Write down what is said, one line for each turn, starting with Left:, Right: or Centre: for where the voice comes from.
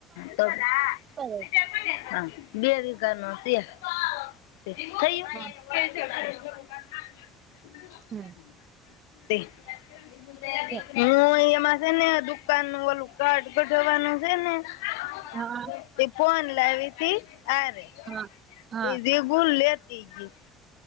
Left: તો હા
Right: <unintelligible>
Left: <unintelligible>
Right: હા
Left: <inaudible>
Right: હમ
Left: <unintelligible>
Right: છે
Left: <unintelligible>
Right: હા હા હા
Left: <unintelligible>